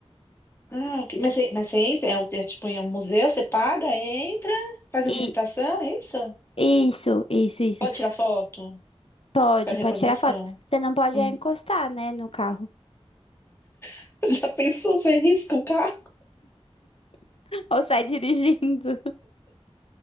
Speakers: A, on the left (about 20°); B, on the left (about 60°).
A: Ah, ok. mas, você- mas você entra, é, o- é tipo em um museu, você paga, entra, faz
B: E
A: a visitação, é isso?
B: isso, isso, isso.
A: Pode tirar foto?
B: Pode,
A: Quero recordação.
B: pode tirar foto. Você não pode
A: Hum.
B: é encostar, né, no carro.
A: <laughs> Já pensou, você risca o carro?
B: <laughs> Ou sai dirigindo.